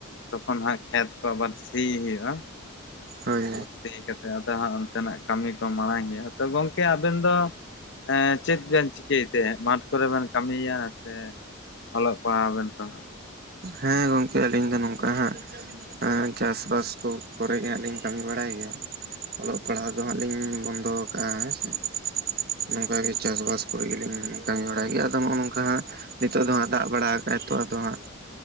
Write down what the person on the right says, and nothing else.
ᱦᱳᱭ ᱦᱳᱭ
ᱦᱮᱸ ᱜᱚᱢᱠᱮ ᱟᱹᱞᱤᱧ ᱫᱚ ᱱᱚᱝᱠᱟ ᱦᱟᱸᱜ ᱪᱟᱥᱵᱟᱥ ᱠᱚ ᱠᱚᱨᱮ ᱜᱮ ᱦᱟᱸᱜ ᱞᱤᱧ ᱠᱟᱹᱢᱤ ᱵᱟᱲᱟᱭ ᱜᱮᱭᱟ᱾ ᱚᱞᱚᱜ
ᱯᱟᱲᱦᱟᱜ ᱫᱚ ᱦᱟᱸᱜ ᱞᱤᱧ ᱵᱚᱱᱫᱚ ᱟᱠᱟᱜᱼᱟ ᱦᱮᱸ ᱥᱮ ᱱᱚᱝᱠᱟ ᱜᱮ ᱪᱟᱥᱵᱟᱥ ᱠᱚᱨᱮ ᱜᱮᱞᱤᱧ ᱠᱟᱹᱢᱤ ᱵᱟᱲᱟᱭ ᱜᱮᱭᱟ᱾ ᱟᱫᱚ ᱱᱚᱜᱼᱚ ᱱᱚᱝᱠᱟ ᱦᱟᱸᱜ ᱱᱤᱛᱚᱜ ᱫᱚ ᱦᱟᱸᱜ ᱫᱟᱜ ᱵᱟᱲᱟ ᱟᱠᱟᱜᱼᱟ ᱛᱚ᱾ ᱟᱫᱚ ᱦᱟᱸᱜ